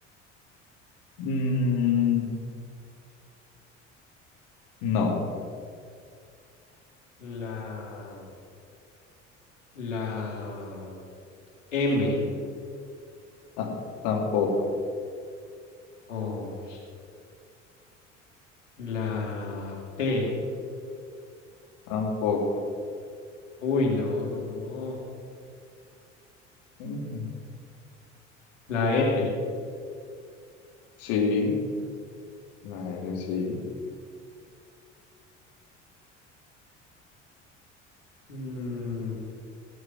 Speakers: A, on the left; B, on the left.
A: Mm, no,
B: La. La M.
A: ta- tampoco,
B: Oh, la P.
A: tampoco.
B: Uy, no, no, no.
A: Mm-mm.
B: La R.
A: Sí, la R sí.
B: Mm,